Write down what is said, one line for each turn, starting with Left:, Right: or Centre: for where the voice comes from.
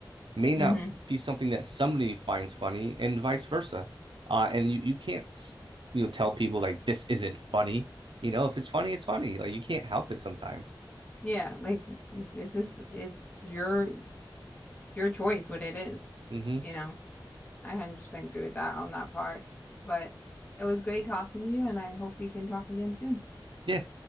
Right: may not
Left: hmm
Right: be something that somebody finds funny, and vice versa. Uh, and you, you can't, you know, tell people like this isn't funny. You know, if it's funny, it's funny. Like, you can't help it sometimes.
Left: Yeah, like it's just it's your your choice what it is,
Right: hmm
Left: you know. I 100% agree with that on that part. But it was great talking to you and I hope we can talk again soon.
Right: Yeah.